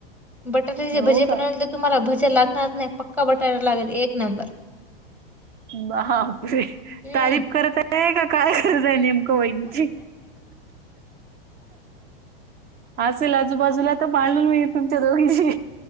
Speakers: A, in the centre; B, on the right.
A: बटाट्याचे
B: हो
A: भजे
B: का
A: बनवले तर तुम्हाला भजा लागणार नाही पक्का बटाटा लागेल एक नंबर.
B: बापरे
A: हं.
B: तारीफ करत आहे की काय करत आहे नेम ओ एम जी असेल आजूबाजूला ह भांडन होईल तुमच्या दोघींशी